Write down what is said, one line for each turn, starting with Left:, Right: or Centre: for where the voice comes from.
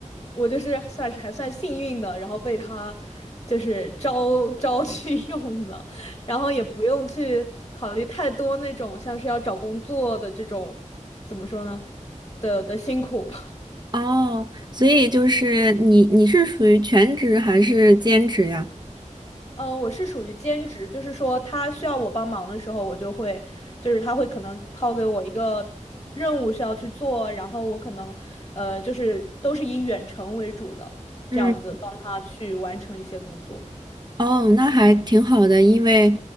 Left: 我就是算是还算幸运的，然后被他就是招招去 <laughs> 用了，然后也不用去考虑太多那种像是要找工作的这种，怎么说呢的的辛苦吧。
Right: 哦，所以就是你你是属于全职还是兼职呀？
Left: 嗯，呃我是属于兼职，就是说他需要我帮忙的时候，我就会，就是他会可能抛给我一个任务需要去做，然后我可能，呃，就是都是以远程为主的，
Right: 嗯。
Left: 这样子帮他去完成一些工作。
Right: 哦，那还挺好的，因为